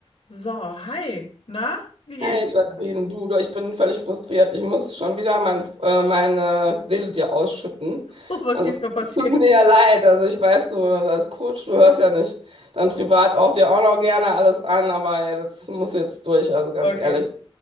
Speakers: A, on the left (about 85°); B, on the right (about 85°).
A: So, hi. Na, wie geht's?
B: Hey Jacqueline,
A: <laughs>
B: du, du, ich bin völlig frustriert. Ich muss schon wieder mein, äh, meine Seele dir ausschütten.
A: Oh, was
B: Also
A: ist diesmal passiert?
B: tut mir ja leid. Also ich weiß, du als Coach, du hörst ja nicht dann privat auch dir auch noch gerne alles an, aber ja, das muss jetzt durch, also ganz
A: Okay.
B: ehrlich.